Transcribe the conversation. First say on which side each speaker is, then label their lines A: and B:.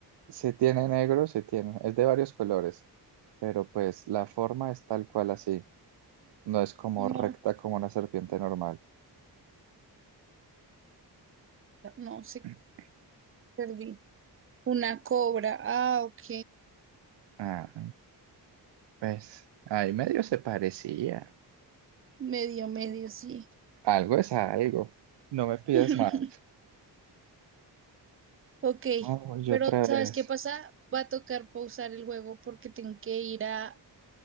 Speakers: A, on the right (about 80°); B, on the right (about 30°).
A: Sí tiene negro, sí tiene. Es de varios colores, pero pues la forma es tal cual así. No es como
B: No,
A: recta como una serpiente normal.
B: no sé.
A: <clears throat>
B: Perdí. Una cobra. Ah, ok.
A: Ah, pues ahí medio se parecía.
B: Medio, medio, sí.
A: Algo es algo. No me pidas
B: <laughs>
A: más.
B: Ok.
A: Oh, yo
B: Pero,
A: otra
B: ¿sabes
A: vez.
B: qué pasa? Va a tocar pausar el juego porque tengo que ir a